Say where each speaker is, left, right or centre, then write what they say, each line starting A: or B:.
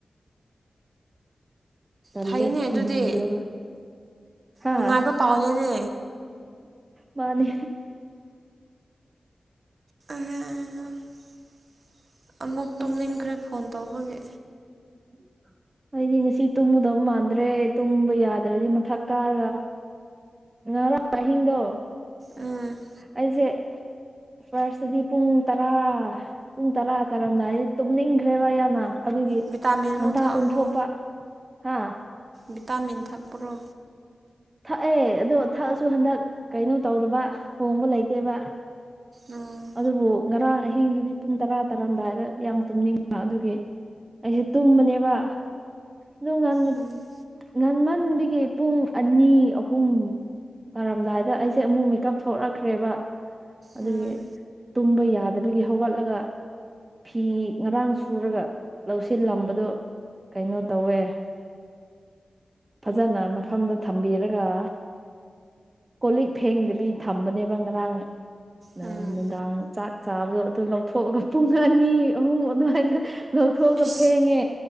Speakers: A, on the right; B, on the right.
A: ꯇꯜꯂꯦ
B: ꯐꯩꯅꯦ ꯑꯗꯨꯗꯤ
A: ꯍꯤꯡꯒꯗꯕ ꯍꯥꯥ
B: ꯅꯨꯡꯉꯥꯏꯕ ꯄꯥꯎꯅꯤꯅꯦ
A: ꯃꯥꯅꯦ
B: <unintelligible> ꯑꯃꯨꯛ ꯇꯨꯝꯅꯤꯡꯈ꯭ꯔꯦ
A: ꯑꯁ
B: ꯐꯣꯟ ꯇꯧꯕꯒꯤ
A: <inaudible> ꯑꯩꯗꯤ ꯉꯁꯤ ꯇꯨꯝꯒꯗꯕ ꯃꯥꯟꯗ꯭ꯔꯦ ꯇꯨꯝꯕ ꯌꯥꯗ꯭ꯔꯗꯤ ꯃꯊꯛ ꯀꯥꯔꯒ ꯉꯔꯥꯡ ꯑꯍꯤꯡꯗꯣ
B: ꯎꯝ
A: ꯑꯩꯖꯦ ꯐꯥꯔꯁꯇꯗꯤ ꯄꯨꯡ ꯇꯔꯥ ꯄꯨꯡ ꯇꯔꯥ ꯇꯥꯔꯝꯗꯥꯏꯗ ꯇꯨꯝꯅꯤꯡꯈ꯭ꯔꯦꯕ ꯌꯥꯝꯅ ꯑꯗꯨꯒꯤ
B: ꯚꯤꯇꯥꯃꯤꯟ
A: ꯉꯟꯇꯥ
B: ꯑꯃꯨꯛ ꯊꯥꯛꯑꯣ
A: ꯇꯨꯝꯊꯣꯛꯄ ꯍꯥ
B: ꯚꯤꯇꯥꯃꯤꯟ ꯊꯛꯄꯔꯣ
A: ꯊꯛꯑꯦ ꯑꯗꯣ ꯊꯛꯑꯁꯨ ꯍꯟꯗꯛ ꯀꯩꯅꯣ ꯇꯧꯗꯕ ꯍꯣꯡꯕ ꯂꯩꯇꯦꯕ
B: ꯎꯝ
A: ꯑꯗꯨꯕꯨ ꯉꯔꯥꯡ ꯑꯍꯤꯡꯗꯨꯗꯤ ꯄꯨꯡ ꯇꯔꯥ ꯇꯥꯔꯝꯗꯥꯏꯗ ꯌꯥꯝ ꯇꯨꯝꯅꯤꯡꯕ ꯑꯗꯨꯒꯤ ꯑꯩꯁꯦ ꯇꯨꯝꯕꯅꯦꯕ ꯑꯗꯨ ꯉꯟꯅ
B: ꯎꯝ
A: ꯉꯟꯃꯟꯕꯒꯤ ꯄꯨꯡ ꯑꯅꯤ ꯑꯍꯨꯝ ꯇꯥꯔꯝꯗꯥꯏꯗ ꯑꯩꯁꯦ ꯑꯃꯨꯛ ꯃꯦꯀꯞ ꯊꯣꯔꯛꯈ꯭ꯔꯦꯕ ꯑꯗꯨꯒꯤ
B: ꯎꯝ
A: ꯇꯨꯝꯕ ꯌꯥꯗꯕꯒꯤ ꯍꯧꯒꯠꯂꯒ ꯐꯤ ꯉꯔꯥꯡ ꯁꯨꯔꯒ ꯂꯧꯁꯤꯜꯂꯝꯕꯗꯣ ꯀꯩꯅꯣ ꯇꯧꯋꯦ ꯐꯖꯅ ꯃꯐꯝꯗ ꯊꯝꯕꯤꯔꯒ ꯀꯣꯜꯂꯤꯛ ꯐꯦꯡꯗꯕꯤ ꯊꯝꯕꯅꯦꯕ ꯉꯔꯥꯡ
B: ꯎꯝ
A: ꯅꯨꯃꯤꯗꯥꯡ ꯆꯥꯛ ꯆꯥꯕꯗꯣ ꯑꯗꯨ ꯂꯧꯊꯣꯛꯑꯒ ꯄꯨꯡ ꯑꯅꯤ ꯑꯍꯨꯝ ꯑꯗꯨꯋꯥꯏꯗ ꯂꯧꯊꯣꯛꯑꯒ
B: ꯏꯁ
A: ꯐꯦꯡꯉꯦ